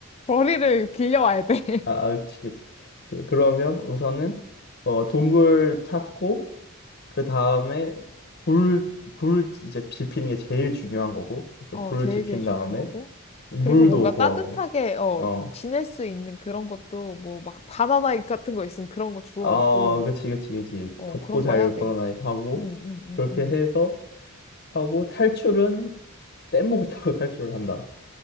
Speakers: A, on the left; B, on the left.
A: 벌이를 빌려와야 돼. <laughs>
B: 아, 아, 그치, 그치. 오케이, 그러면 우선은, 어, 동굴 찾고, 그 다음에 불, 불 이제 지피는 게 제일 중요한 거고. 그래서
A: 어,
B: 불
A: 제일
B: 지핀
A: 제일 중요한
B: 다음에
A: 거고.
B: 물도
A: 그리고 뭔가
B: 구하고.
A: 따뜻하게, 어,
B: 어.
A: 지낼 수 있는 그런 것도 뭐 막 바나나 같은 거 있으면 그런 거 주워오고,
B: 아, 그치, 그치, 그치.
A: 어,
B: 덥고
A: 그런
B: 잘
A: 거 해야 돼.
B: 번화나입 하고.
A: 응, 응, 응,
B: 그렇게
A: 응.
B: 해서 하고 탈출은 뗏목을 타고 <laughs> 탈출을 한다.